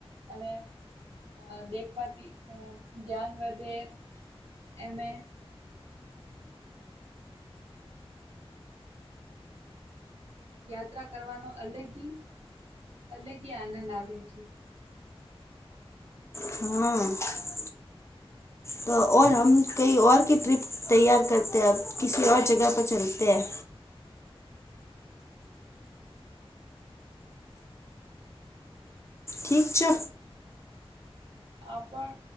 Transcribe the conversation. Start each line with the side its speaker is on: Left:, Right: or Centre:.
Right: અને અ દેખવાથી અ જ્ઞાન વધે. એમએ યાત્રા કરવાનો અલગી અલગી આનંદ આવે છે.
Left: હ, તો ઓર હમ કઈ ઓર કી ટ્રિપ તૈયાર કરતે અબ કીસી ઓર જગા પર ચલતે હેં. ઠીક છો?
Right: આપણ